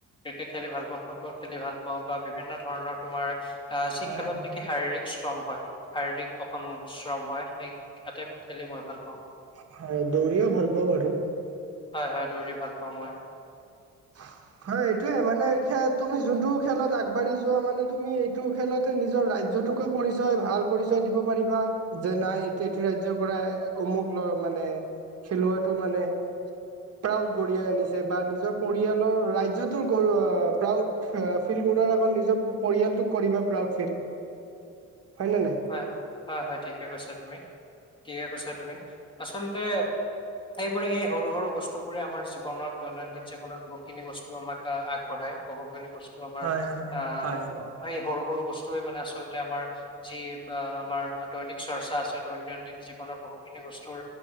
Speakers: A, on the left (about 15°); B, on the right (about 50°).
A: ক্ৰিকেট খেলি ভাল পাওঁ, ফুটবল খেলি ভাল পাওঁ, বা বিভিন্ন ধৰণৰ তোমাৰ আ, যি
B: হয়
A: খেলত
B: হয়
A: নেকি শাৰীৰিক শ্ৰম হয় শাৰীৰিক অকণ শ্ৰম হয় সেই আটাইবোৰ খেলেই মই ভাল পাওঁ।
B: অ, দৌৰয়ে ভাল পাওঁ বাৰু।
A: হয়, হয়, দৌৰি ভাল পাওঁ মই।
B: <inaudible> হয় এইটোয়ে মানে খ তুমি যোনটো খেলত আগবাঢ়ি যোৱা মানে তুমি এইটো খেলতে নিজৰ ৰাজ্ তোকে পৰিচয় ভাল পৰিচয় দিব পাৰিবা যে নাই এইটো এইটো ৰাজ্যৰ পৰা অমুক ল'ৰা মানে নে খেলুৱটো মানে প্ৰউড কঢ়িয়াই আনিছে বা নিজৰ পৰিয়ালৰ ৰাজ্যটোৰ প্ৰউড ফিল কৰোৱাৰ আগত নিজৰ পৰিয়ালোক কৰিব পা প্ৰাউড ফিল হয় নে নাই
A: হয় হয় হয় হয় ঠিকে কৈছা তুমি ঠিকে কৈছা তুমি। আচলতে এইবোৰে এই সৰু সৰু বস্তুবোৰে আমাৰ জীৱনত দৈনন্দিন জীৱনত বহুখিনি বস্তু আমাক আগবঢ়ায়। বহুখিনি বস্তু আমাৰ
B: হয় হয়
A: আহ
B: হয় হয়
A: সেই সৰু সৰু বস্তুৱে মানে আচলতে আমাৰ-া যি আমাৰ দৈনিক চৰ্চা আছে দৈনন্দিন জীৱনৰ বহুখিনি বস্তুৰ